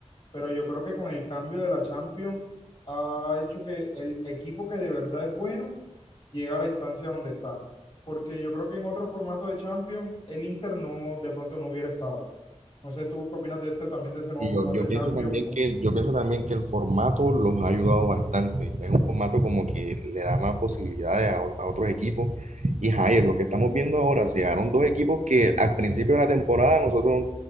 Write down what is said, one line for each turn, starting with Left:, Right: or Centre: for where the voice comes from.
Left: Pero yo creo que con el cambio de la Champions ha hecho que el equipo que de verdad es bueno llega a la instancia donde está. Porque yo creo que en otro formato de Champions, el Inter no, de pronto no hubiera estado. No sé tú qué opinas de este también, de ese nuevo
Right: Y
Left: formato
Right: yo, yo
Left: de Champions,
Right: pienso también que, yo pienso también que el formato los ha ayudado bastante. Es un formato como que le da más posibilidades a, o- a otros equipos. Y Jair, lo que estamos viendo ahora, se llegaron dos equipos que al principio de la temporada nosotros